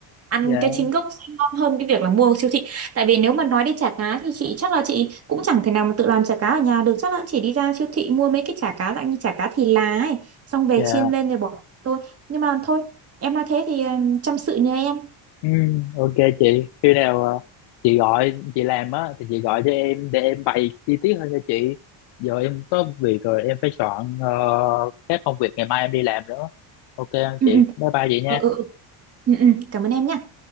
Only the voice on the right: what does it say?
ăn
cái chính gốc sẽ ngon hơn cái việc là mua ở siêu thị tại vì nếu mà nói đến chả cá thì chị chắc là chị cũng chẳng thể nào mà tự làm chả cá ở nhà được chắc là chỉ đi ra siêu thị mua mấy cái chả cá dạng như chả cá thì lá ấy xong về
chiên lên rồi bỏ thôi nhưng mà thôi em nói thế thì ừ, chăm sự nhờ em
ừ
ừ
ừ, ừ, ừ. Ừ, ừ. cảm ơn em nhé